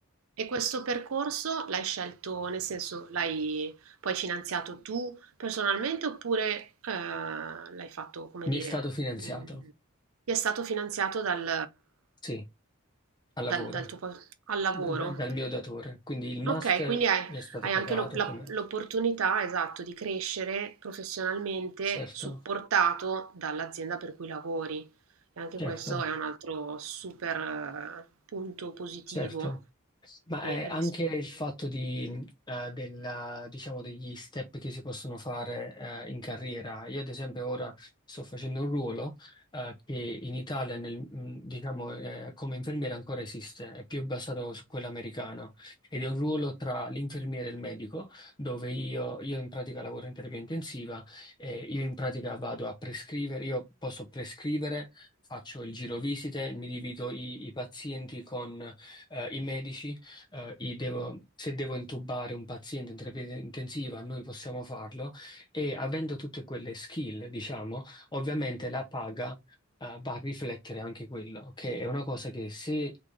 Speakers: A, on the right (about 80°); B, on the left (about 20°).
A: e questo percorso l'hai scelto, nel senso l'hai poi finanziato tu personalmente oppure eh, l'hai fatto, come
B: Mi
A: dire,
B: è stato finanziato,
A: in- ti è stato finanziato dal,
B: sì, al lavoro,
A: dal, dal tuo po- al lavoro?
B: da- da- dal mio datore, quindi il master
A: Ok, quindi hai,
B: mi è stato
A: hai
B: pagato
A: anche l'op- la-
B: come...
A: l'opportunità, esatto, di crescere professionalmente
B: Certo,
A: supportato dall'azienda per cui lavori. E anche
B: certo,
A: questo è un altro super eh, punto positivo
B: certo. Ma
A: che
B: è anche
A: ris-
B: il fatto di, eh, della- diciamo degli step che si possono fare eh, in carriera. Io, ad esempio, ora sto facendo un ruolo eh, che in Italia, nel- mh, diciamo, eh, come infermiere ancora esiste, è più basato su quello americano ed è un ruolo tra l'infermiere e il medico, dove io, io in pratica lavoro in terapia intensiva e io in pratica vado a prescrivere, io posso prescrivere. Faccio il giro visite, mi divido i, i pazienti con eh, i medici eh, i devo- se devo intubare un paziente in terapia intensiva, noi possiamo farlo e avendo tutte quelle skill, diciamo, ovviamente la paga, eh, va a riflettere anche quello, che è una cosa che se,